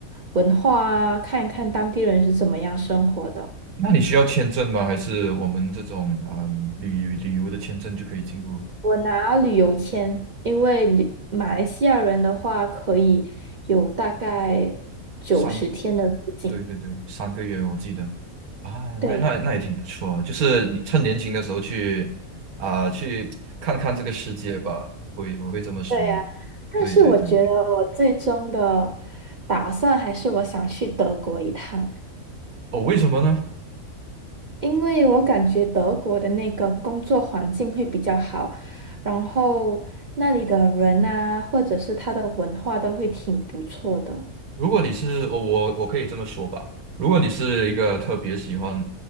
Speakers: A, on the right; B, on the right.
A: 文化啊，看一看当地人是怎么样生活的。
B: 那你需要签证吗？还是我们这种嗯旅游旅游的签证就可以进入
A: 我拿旅游签，因为旅马来西亚人的话可以有大概九十天的入境。
B: 三？对对对，三个月我记得啊，
A: 对
B: 那那那也挺不错啊，就是你趁年轻的时候去啊、去看看这个世界吧，我也我会这么说。
A: 对呀，但是我觉得我最终的
B: 对对对，
A: 打算还是我想去德国一趟。
B: 哦，为什么呢？
A: 因为我感觉德国的那个工作环境会比较好，然后那里的人啊，或者是他的文化都会挺不错的。
B: 如果你是我我我可以这么说吧，如果你是一个特别喜欢